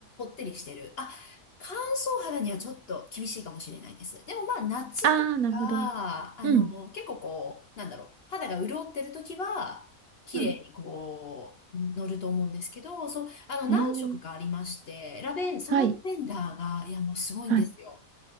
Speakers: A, on the left; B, on the right.
A: ってりしてる。あ、乾燥肌にはちょっと厳しいかもしれないです。でもまあ、夏とか、
B: あ。ああ、なるほど。
A: あの、
B: うん。
A: 結構こう、なんだろう、肌が潤ってる時は、綺麗にこう、
B: うん。
A: 乗ると思うんですけど、そう、あの、
B: へえ。
A: 何色かありまして、ラベン、そのラベンダーが、
B: はい。
A: いや、もうすごいんですよ。
B: はい。